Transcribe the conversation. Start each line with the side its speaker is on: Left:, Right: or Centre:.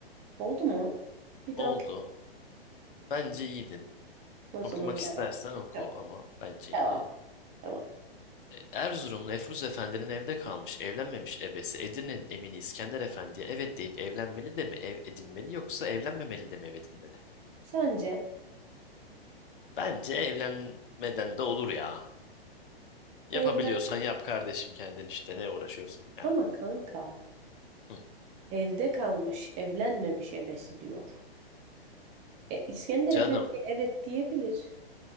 Right: Oldu mu? Bir
Left: Oldu.
Right: daha
Left: Bence iyiydin.
Right: O zaman
Left: Okumak istersen
Right: devam.
Left: oku
Right: Yok.
Left: ama bence
Right: Devam.
Left: iyiydi.
Right: Devam.
Left: E, Erzurumlu Efruz Efendi'nin evde kalmış, evlenmemiş ebesi Edirne'nin emini İskender Efendi'ye evet deyip evlenmeli de mi ev edinmeli yoksa evlenmemeli de mi ev edinmeli?
Right: Sence
Left: Bence evlenmeden de olur ya. Yapabiliyorsan
Right: evlen
Left: yap kardeşim kendin işte ne uğraşıyorsun ya.
Right: ama kanka
Left: Hı.
Right: evde kalmış evlenmemiş ebesi diyor. E, İskender
Left: Canım,
Right: Efendi'ye evet diyebilir.